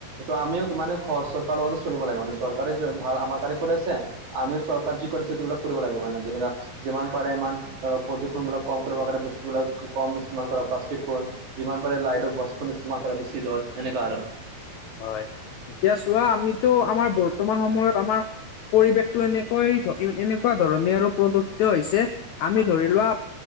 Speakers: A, on the right (about 50°); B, on the left (about 80°).
A: ত' আমিও মানে চৰকাৰৰ লগতে চলিব লাগে মানে চৰকাৰে যে ভাল আমাক কৰি আছে, আমিও চৰকাৰ যি কৰিছে সেইবিলাক কৰিব লাগে মানে যেনেকা যিমান পাৰে ইমান প্ৰদূষণবিলাক কম কৰিবৰ কাৰণে বস্তুবলাক কম ইউজ কৰা প্লাষ্টিক কম। যিমান পাৰে লাইটৰ বছখন ইস্তেমাল কৰা বেছি দৰত এনেকুৱা আৰু।
B: হয়, এতিয়া চোৱা আমিতো আমাৰ বৰ্তমান সময়ত আমাৰ পৰিৱেশটো এনেকৈ এনেকুৱা ধৰণে আৰু প্ৰদূষিত হৈছে, আমি ধৰি লোৱা